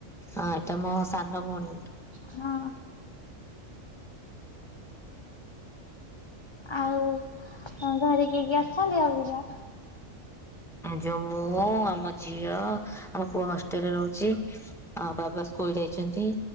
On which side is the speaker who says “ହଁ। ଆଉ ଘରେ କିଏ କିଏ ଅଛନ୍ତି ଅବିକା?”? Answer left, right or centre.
Left